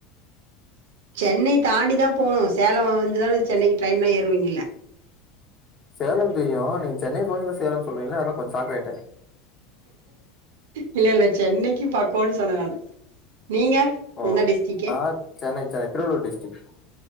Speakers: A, on the right; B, on the left.
A: சென்னை தாண்டி தா போணு சேலம் வந்து தானே சென்னைக்கு ட்ரெயின்லா ஏறுவீங்கள
B: சேலம் தெரியு நீங்க சென்னை பக்கத்துல சேலம் சொல்றீங்களா அதா கொஞ்ச சாக் ஆயிட்ட
A: இல்ல இல்ல சென்னைக்கு பக்கோன் சொன்னே நானு நீங்க
B: ஓ
A: என்ன டிஸ்ட்ரிக்கு
B: நா சென்னை சென்னை திருவள்ளூர் டிஸ்ட்ரிக்